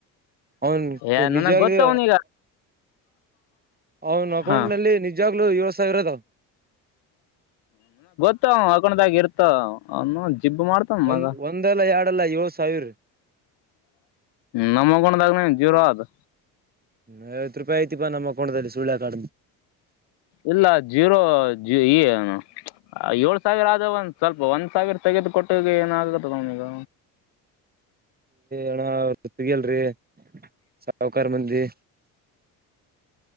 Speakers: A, on the right; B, on the left.
A: ಅವನ್
B: ಏ
A: ನಿಜವಾಗ್ಲೂ
B: ನನಗೆ ಗೊತ್ತ ಅವನೀಗ
A: ಅವನ ಅಕೌಂಟ್
B: ಹಾಂ
A: ನಲ್ಲಿ ನಿಜಾಗ್ಲುೂ ಇ ಸ ಇರದು
B: ಇ ಹಕೊಂಡದಾಗ ಇರ್ತ ಅವನು ಜಿಬ್ಬ ಮಾಡ್ತನ್
A: ಒಂದ್
B: ಮಗ
A: ಒಂದಲ್ಲ ಎರಡಲ್ಲ ಏಳ್ ಸಾವಿರ
B: ನ ಮಗೊಂಡಾಗ ನ ಜೀರ ಆದದು
A: ವ ರೂಪಾಯಿ ಯಐತಿಾ ನಮ್ಮ ಅಕೌಟ್ ಅಲ್ಲಿ ಚಳ ಕಡ
B: ಇಲ್ಲ ಜೀರೋ ಜಏನು ಏಳ್ ಸಾವಿರ ಆದ ಒಂದ ಸ್ವಲ್ಪ ಒಂದ್ ಸಾವಿರ ತೆಗೆದು ಕೊಟ್ಟ ಏನ ಆಗತ್ತದ ಅವನಗ
A: ಅಣ ಸತ್ತಿಗೆ ಅಲ್ರಿ ಸಾವಕಾರ ಮಂದಿ